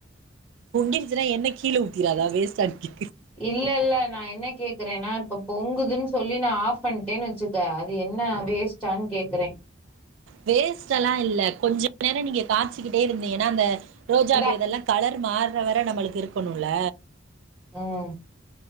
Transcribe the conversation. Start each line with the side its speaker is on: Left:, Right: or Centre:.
Right: பொங்கிடுச்சுன்னா எண்ணெ கீழ ஊத்திராதா வேஸ்ட்டா நிக்கி
Centre: இல்ல இல்ல நா என்ன கேக்குறேன்னா இப்ப பொங்குதுன் சொல்லி நா ஆஃப் பண்ட்டேன்னு வச்சுக்க அது என்ன வேஸ்ட்டான் கேக்குறே
Right: வேஸ்ட்டெல்லா இல்ல கொஞ்ச நேர நீங்க காச்சிக்கிட்டே இருந்தீங்கனா அந்த ரோஜாபி
Centre: இந்தா
Right: இதெல்லா கலர் மாறுறவர நம்மளுக்கு இருக்கணுல
Centre: ம்